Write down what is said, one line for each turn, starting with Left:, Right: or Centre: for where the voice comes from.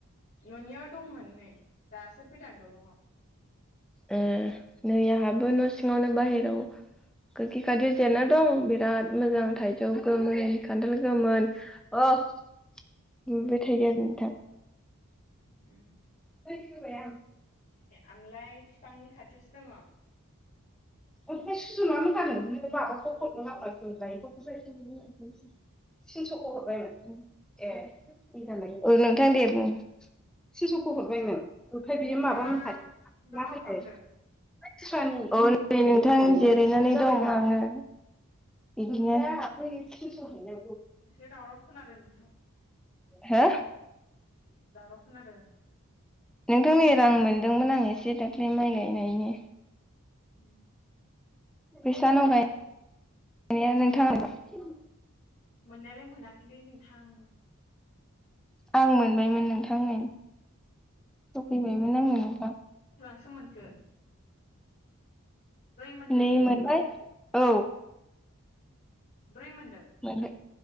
Left: न'नियाव दंमोन नै दासो फैदां द'लंङाव
Centre: ए नै आंहाबो न' सिङावनो बाहेराव गोखैखथियाव जेनना दं बिराद मोजां थाइजौ गोमोन खान्थाल गोमोन अ नुबाय थयो आरो नोंथां।
Left: उ
Centre: बेखेवबाय आं
Left: आमलाय बिफांनि खाथियावसो दङ।
Centre: ओमफ्राय सुजुनानै होन होनानोनो माबाखौ हरनो थिनस'खौ हरबायमोन ए औ नोंथां देर थिनस'खौ हरबायमोन ओमफ्राय बियो
Left: नोंथाङा
Centre: माबा मोनहानि
Left: दा मा खालामदों
Centre: मा होनो <unintelligible> नोंथां जिरायनानै दं आङो। इदिनो थिनस हैनो
Left: एसे दावराव खोनादों नोंथां।
Centre: हो
Left: दावराव खोनादों।
Centre: नोंथां नै रां मोनदोंमोन आं एसे दाख्लै माइ गायनायनि।
Left: उम
Centre: बैसानाव गायनाया नोंथांङा मोन
Left: मोननायालाय मोनाखैलै नै थां
Centre: आं मोन मोनबायमोन नोंथांनै होफैबायमोन आंनो नोंथां।
Left: सोमोनखो मोनदों
Centre: नै मोनबाय। औ।
Left: ब्रै मोनदों
Centre: मोनबाय।